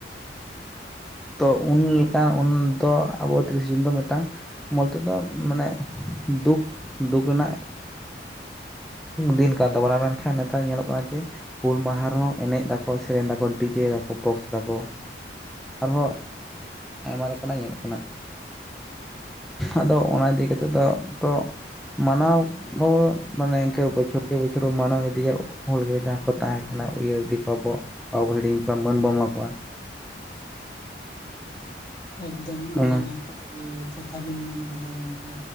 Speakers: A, in the centre; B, on the left.
A: ᱛᱚ ᱩᱱ ᱞᱮᱠᱟ ᱩᱱᱫᱚ, ᱟᱵᱚ ᱛᱤᱨᱤᱥ ᱡᱩᱱ ᱫᱚ ᱢᱤᱫᱴᱟᱝ ᱵᱚᱞᱛᱮ ᱫᱚ ᱢᱟᱱᱮ ᱫᱩᱠ-ᱫᱩᱠ ᱨᱮᱱᱟᱜ ᱫᱤᱱ ᱠᱟᱱ ᱛᱟᱵᱚᱱᱟ, ᱢᱮᱱᱠᱷᱟᱱ ᱱᱮᱛᱟᱨ ᱧᱮᱞᱚᱜ ᱠᱟᱱᱟ ᱡᱮ ᱦᱩᱞ ᱢᱟᱦᱟ ᱨᱮᱦᱚᱸ ᱮᱱᱮᱡ ᱫᱟᱠᱚ, ᱥᱮᱨᱮᱧ ᱫᱟᱠᱚ, ᱰᱤᱡᱮ ᱫᱟᱠᱚ, ᱵᱚᱠᱥ ᱫᱟᱠᱚ᱾ ᱟᱨᱦᱚᱸ ᱟᱭᱢᱟ ᱞᱮᱠᱟᱱᱟᱜ ᱧᱮᱞᱚᱜ ᱠᱟᱱᱟ᱾ ᱟᱫᱚ ᱚᱱᱟ ᱤᱫᱤ ᱠᱟᱛᱮᱫ ᱫᱚ ᱛᱚ ᱢᱟᱱᱟᱣ ᱦᱚᱸ ᱢᱟᱱᱮ ᱵᱚᱪᱷᱚᱨᱠᱮ ᱵᱚᱪᱷᱚᱨ ᱵᱚᱱ ᱢᱟᱱᱟᱣ ᱤᱫᱤᱭᱟ, ᱦᱚᱲ ᱜᱮ ᱡᱟᱦᱟᱸᱭ ᱠᱚ ᱛᱟᱦᱮᱸ ᱠᱟᱱᱟ, ᱩᱭᱦᱟᱹᱨ ᱤᱫᱤ ᱠᱚᱣᱟᱵᱚᱱ᱾ ᱵᱟᱵᱚᱱ ᱦᱤᱲᱤᱧ ᱠᱚᱣᱟ, ᱢᱟᱹᱱ ᱵᱚᱱ ᱮᱢᱟ ᱠᱚᱣᱟ᱾
B: ᱮᱠᱫᱚᱢ ᱟᱹᱰᱤ
A: ᱚᱱᱟ
B: ᱱᱟᱯᱟᱭ ᱜᱮ, ᱠᱟᱛᱷᱟ ᱵᱤᱱ ᱢᱮᱱ ᱠᱟᱫᱟ ᱜᱚᱢᱠᱮ,